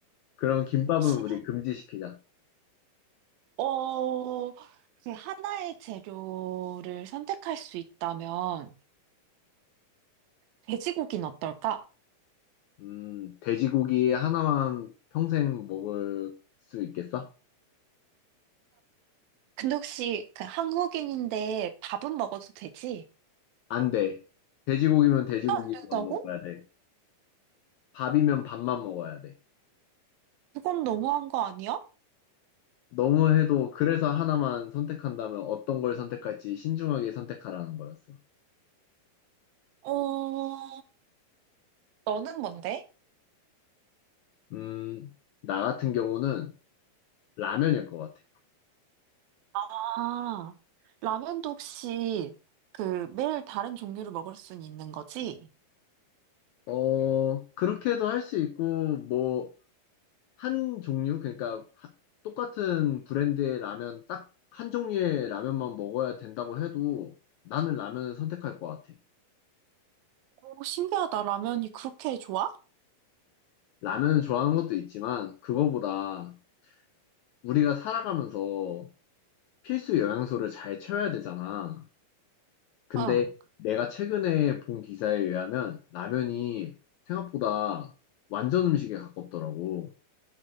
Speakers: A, on the left (about 80°); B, on the right (about 80°).
A: 그럼 김밥은
B: 그치.
A: 우리 금지시키자.
B: 어, 그 하나의 재료를 선택할 수 있다면 돼지고기는 어떨까?
A: 음, 돼지고기 하나만 평생 먹을 수 있겠어?
B: 근데 혹시 그 한국인인데 밥은 먹어도 되지?
A: 안 돼. 돼지고기면 돼지고기만
B: 안 된다고?
A: 먹어야 돼. 밥이면 밥만 먹어야 돼.
B: 그건 너무한 거 아니야?
A: 너무 해도 그래서 하나만 선택한다면 어떤 걸 선택할지 신중하게 선택하라는 거였어.
B: 어, 너는 뭔데?
A: 음, 나 같은 경우는 라면일 것 같아.
B: 아, 라면도 혹시 그 매일 다른 종류를 먹을 순 있는 거지?
A: 어, 그렇게도 할 수 있고, 뭐, 한 종류? 그러니까 하- 똑같은 브랜드의 라면, 딱 한 종류의 라면만 먹어야 된다고 해도 나는 라면을 선택할 것 같아.
B: 오, 신기하다. 라면이 그렇게 좋아?
A: 라면을 좋아하는 것도 있지만, 그거보다 우리가 살아가면서 필수 영양소를 잘 채워야 되잖아. 근데
B: 응.
A: 내가 최근에 본 기사에 의하면 라면이 생각보다 완전 음식에 가깝더라고.